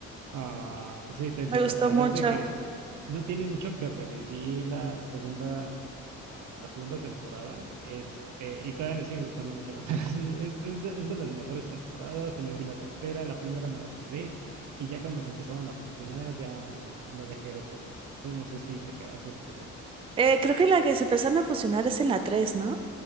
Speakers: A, on the right; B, on the right.
A: Ah, sí, te entiendo.
B: Me gustó
A: La verdad
B: mucho.
A: es de que no tiene mucho que revivir la segunda, ah, la segunda temporada. Este, y todavía me sigue gustando mucho. <laughs> O sea, es, es- es de es de las mejores temporadas. También vi la tercera, la primera me la perdí. Y ya cuando se empezaban a funcionar, ya lo dejé de por vida. Tú no sé si te quedas hasta allá.
B: Eh, creo que la que se empezaron a fusionar es en la 3, ¿no?